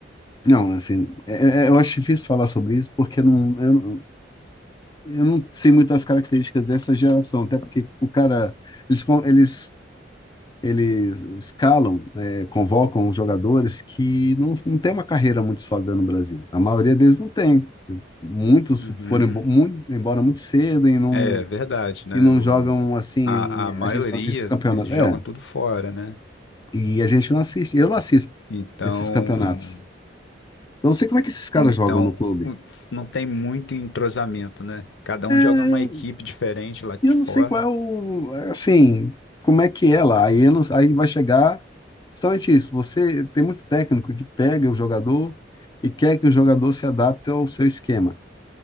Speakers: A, on the left; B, on the left.
A: Não, assim, é- é- é, eu acho difícil falar sobre isso porque não, eu, não- eu não sei muito as características dessa geração, até porque o cara. Eles, com- eles eles escalam, eh, convocam os jogadores que não, não têm uma carreira muito sólida no Brasil. A maioria deles não tem. Muitos
B: Uhum.
A: foram embo- mu- embora muito cedo e não,
B: É verdade, né?
A: e não
B: O,
A: jogam assim.
B: a, a maioria,
A: A gente não assiste os campeonatos.
B: eles jogam
A: É,
B: tudo fora, né?
A: e a gente não assiste. Eu não assisto
B: Então,
A: esses campeonatos. então não sei como é que esses caras
B: então
A: jogam no clube.
B: o- não tem muito entrosamento, né? Cada
A: É,
B: um joga numa equipe diferente lá
A: e eu
B: de
A: não
B: fora.
A: sei qual é o. Assim, como é que é lá. Aí, eu não- aí vai chegar. Justamente isso. Você tem muito técnico que pega o jogador e quer que o jogador se adapte ao seu esquema.